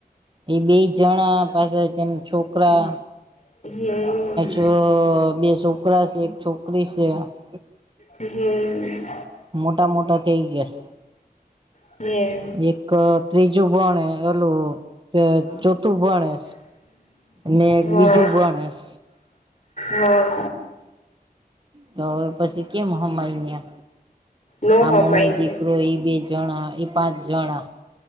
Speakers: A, on the right (about 30°); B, on the left (about 50°).
A: એ બે જણા પાછા તેન છોકરા.
B: <unintelligible>
A: અ અ બે છોકરા છે એક છોકરી છે.
B: હમ.
A: મોટા મોટા થઈ ગયા છે.
B: <unintelligible>
A: એક ત્રીજું ભણે ઓલું અ ચોથું ભણે.
B: <inaudible>
A: ને એક
B: હા
A: બીજું ભણેસ.
B: હા
A: તો હવે પછી કેમ સમજવું.
B: નો
A: આ
B: હમાય
A: મમ્મી દીકરો
B: તો
A: ઈ બે જણા એ પાંચ જણા.